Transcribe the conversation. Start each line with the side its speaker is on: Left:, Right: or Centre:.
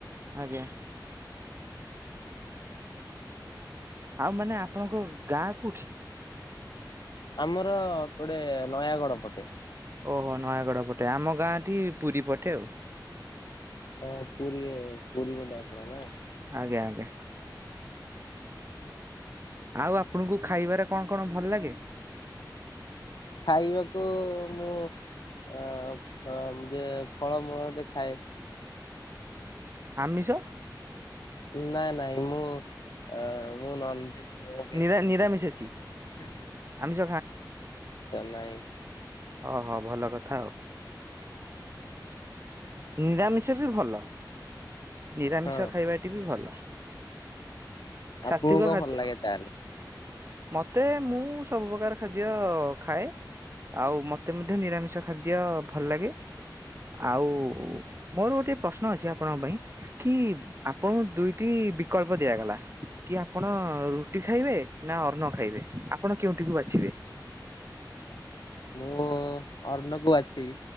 Right: ଆଜ୍ଞା। ଆଉ ମାନେ ଆପଣଙ୍କ ଗାଁ କୋଉଠି?
Left: ଆମର ଗଟେ ନୟାଗଡ ପଟେ।
Right: ଓହୋ ନୟାଗଡ଼ ପଟେ, ଆମ ଗାଁଟି ପୁରୀ ପଟେ ଆଉ।
Left: ହଁ ପୁରୀ ପୁରୀ ଗଣ୍ଡ ଆସିବ ନା? <unintelligible>
Right: ଆଜ୍ଞା ଆଜ୍ଞା। ଆଉ ଆପଣଙ୍କୁ ଖାଇବାରେ କଣ କଣ ଭଲ ଲାଗେ?
Left: ଖାଇବାକୁ ମୁଁ ଅ ଅ ଯେ ଫଳମୂଳ ଯେ ଖାଏ।
Right: ଆମିଷ?
Left: ନାଇଁ ନାଇଁ ମୁଁ ଅ, ମୁଁ ନନଭେଜ୍ ମୁଁ ଭେଜିଟେରିୟନ
Right: ନିରା ନିରାମିଷେଶୀ
Left: ହଁ
Right: ଆମିଷ
Left: <unintelligible> ନାହିଁ।
Right: ହଁ ହଁ ଭଲ କ- ଥାଉ, ନିରାମିଷ ବି ଭଲ। ନିରାମିଷ
Left: ହଁ
Right: ଖାଇବାଟି ବି ଭଲ। ସାତ୍ଵିକ
Left: ଆପୁଣଙ୍କ
Right: ଖାଦ୍ୟ
Left: କଣ ଭଲ ଲାଗେ ତାହେଲେ?
Right: ମତେ, ମୁଁ ସବୁ ପ୍ରକାର ଖାଦ୍ୟ ଖାଏ। ଆଉ ମତେ ମଧ୍ୟ ନିରାମିଷ ଖାଦ୍ୟ ଭଲ ଲାଗେ ଆଉ ମୋର ଗୋଟେ ପ୍ରଶ୍ନ ଅଛି ଆପଣଙ୍କ ପାଇଁ? କି ଆପଣଙ୍କୁ ଦୁଇଟି ବିକଳ୍ପ ଦିଆଗଲା, କି -ଆପଣ ରୁଟି ଖାଇବେ ନା ଅର୍ଣ୍ଣ ଖାଇବେ, ଆପଣ କେଉଁଠିକୁ ବାଛିବେ?
Left: ମୁଁ ଅର୍ଣ୍ଣ କୁ ବାଛିବି।